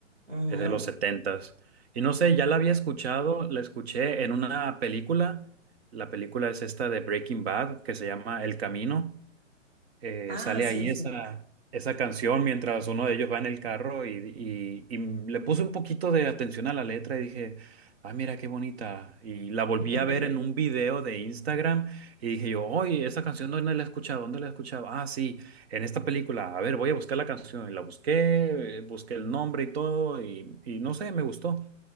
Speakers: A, on the right; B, on the right.
A: Ujú.
B: es de los setentas. Y no sé, ya la había escuchado, la escuché en una película, la película es esta de Breaking Bad, que se llama El Camino, eh,
A: Ah,
B: sale
A: sí,
B: ahí
A: sí.
B: esa, esa canción mientras uno de ellos va en el carro y, y- y le puse un poquito de atención a la letra y dije, ah, mira qué bonita. Y la volví
A: <laughs>
B: a ver en un video de Instagram y dije yo, oye, esa canción ¿dónde la he escuchado? ¿Dónde la he escuchado? Ah, sí, en esta película. A ver, voy a buscar la canción. Y la busqué, eh, busqué el nombre y todo y, y no sé, me gustó